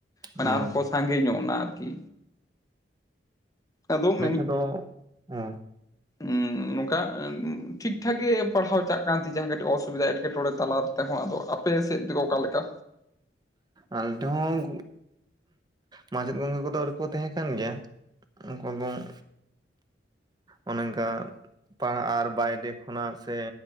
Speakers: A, on the left; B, on the right.
A: ᱢᱟᱱᱮ
B: ᱦᱩᱸ
A: ᱟᱨ ᱠᱚ ᱥᱟᱸᱜᱮ ᱧᱚᱜ ᱱᱟ ᱟᱨᱠᱤ, ᱟᱫᱚ ᱩᱝ
B: ᱟᱫᱚ <unintelligible>
A: ᱩᱸ ᱱᱚᱝᱠᱟ ᱴᱷᱤᱠᱴᱷᱟᱠ ᱜᱮ ᱯᱟᱲᱦᱟᱣ ᱪᱟᱜ ᱠᱟᱱ ᱛᱤᱡ, ᱡᱟᱦᱟᱸ ᱠᱟᱹᱴᱤᱡ ᱚᱥᱩᱵᱤᱫᱟ ᱮᱴᱠᱮᱴᱚᱬᱮ ᱛᱟᱞᱟᱨ᱾ ᱛᱮᱦᱚᱸ ᱟᱫᱚ ᱟᱯᱮ ᱥᱮᱫ ᱫᱚ ᱚᱠᱟᱞᱮᱠᱟ?
B: ᱟᱞ ᱴᱮᱦᱚᱸ, ᱢᱟᱪᱮᱫ ᱜᱚᱝᱠᱮ ᱠᱚᱫᱚ ᱟᱹᱰᱤᱠᱚ ᱛᱟᱦᱮᱸ ᱠᱟᱱ ᱜᱮᱭᱟ᱾ ᱩᱝᱠᱩᱫᱚᱝ ᱚᱱᱮ ᱚᱱᱠᱟ᱾ ᱯᱟᱲᱦᱟᱜ ᱟᱨ ᱵᱟᱭᱨᱮ ᱠᱷᱚᱱᱟᱜ ᱥᱮ